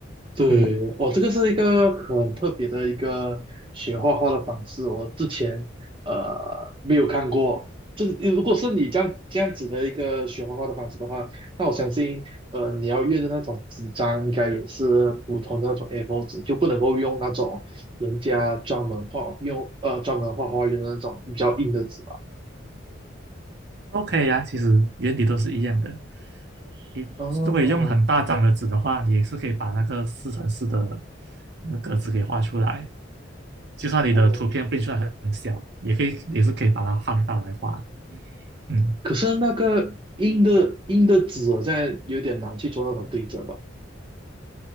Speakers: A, on the right (about 25°); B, on the right (about 60°).
A: 对，
B: 嗯
A: 哦，这个是一个很特别的一个学画画的方式，我之前呃没有看过。这如果是你这样这样子的一个学画画的方式的话，那我相信呃你要用的那种纸张应该也是普通的那种 A4 纸，就不能够用那种人家专门画用呃专门画画用的那种比较硬的纸吧。
B: ，OK 呀、啊其实原理都是一样的，你如果你用很大张的纸的话，
A: 哦
B: 你也是可以把那个四乘四的那个格子给画出来。就算你的图片变出来很小，
A: 哦
B: 也可以，也是可以把它放大来画。嗯
A: 可是那个硬的硬的纸在有点难去做那种对折吧，